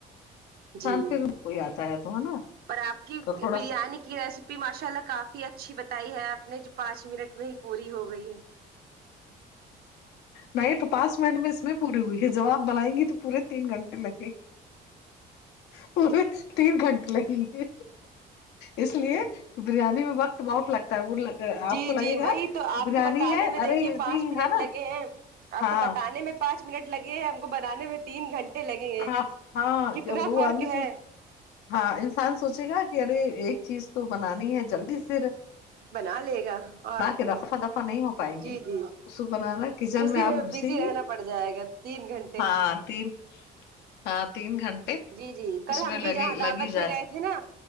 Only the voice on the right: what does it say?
جی
پر آپ کی
بریانی
کی ریسیپی ماشاء اللہ کافی اچھی بتائی ہے آپ نے جو پانچ منٹ میں ہی پوری ہو گئی ہے
جی
جی
وہی تو
آپ
کو بتانے
میں
دیکھیے پانچ منٹ
ہیں آپ
کو بت نے میں پانچ منٹ لگے ہیں ہم کو بنانے میں تین گھنٹے لگیں گے
کتنا
فرق
ہے
بنا لے گا اور
کیا
جی
جی
اسی
میں
بزی رہنا
پڑ جائے گا تین گھنٹے
جی جی کل
ہم
بھی جہاں دعوت
میں
گئے تھے نا